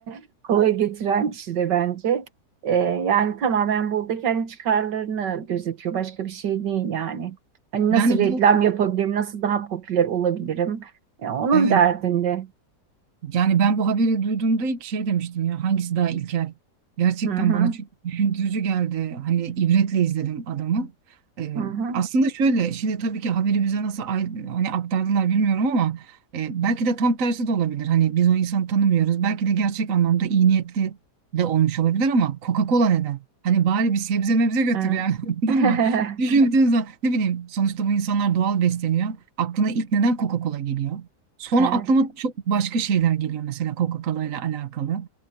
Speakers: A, on the right; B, on the right.
A: <laughs> kolay getiren kişi de bence. E, yani tamamen burada kendi çıkarlarını gözetiyor. Başka bir şey değil yani. Hani
B: Yani
A: nasıl reklam
B: bu
A: yapabilirim, nasıl daha popüler olabilirim? E, onun
B: Evet.
A: derdinde.
B: Yani ben bu haberi duyduğumda ilk şey demiştim ya hangisi daha ilkel? Gerçekten
A: Hı hı,
B: bana çok düşündürücü geldi. Hani ibretle izledim adamı. Ee,
A: hı hı.
B: aslında şöyle şimdi tabii ki haberi bize nasıl ay- hani aktardılar bilmiyorum ama e, belki de tam tersi de olabilir. Hani biz o insanı tanımıyoruz. Belki de gerçek anlamda iyi niyetli de olmuş olabilir ama Coca-Cola neden? Hani bari bir sebze mebze götür
A: Evet.
B: yani <laughs> anladın
A: <laughs>
B: mı? Düşündüğün zaman ne bileyim sonuçta bu insanlar doğal besleniyor. Aklına ilk neden Coca-Cola geliyor? Sonra
A: Evet.
B: aklıma çok başka şeyler geliyor mesela Coca-Cola ile alakalı.